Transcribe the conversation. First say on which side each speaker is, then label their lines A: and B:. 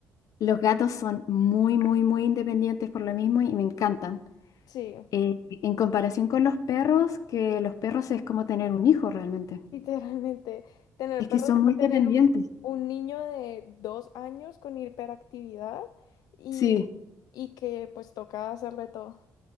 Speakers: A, on the left (about 60°); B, on the left (about 75°).
A: Los gatos son muy, muy, muy independientes por lo mismo y me encantan.
B: Sí, <laughs>
A: Eh, en comparación con los perros, que los perros es como tener un hijo realmente.
B: literalmente. Tener
A: Es
B: perros,
A: que son muy
B: tener
A: dependientes.
B: un, un niño de dos años con hiperactividad y,
A: Sí,
B: y que pues toca hacerle todo.